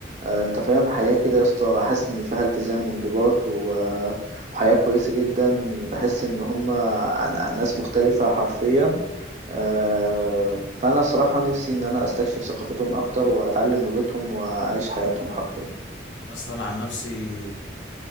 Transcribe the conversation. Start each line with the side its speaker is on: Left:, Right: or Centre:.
Right: آه، انت فاهم حياة كده يا اسطى حاسس ان فيها التزام وانضباط و... آه، حياة كويسة جدا بحس إن هما ن- ناس مختلفة حرفيا آه، فأنا صراحة نفسي إن أنا أستكشف ثقافتهم أكتر وأتعلم لغتهم وأعيش حياتهم حرفيا
Left: يا اسطى انا عن نفسي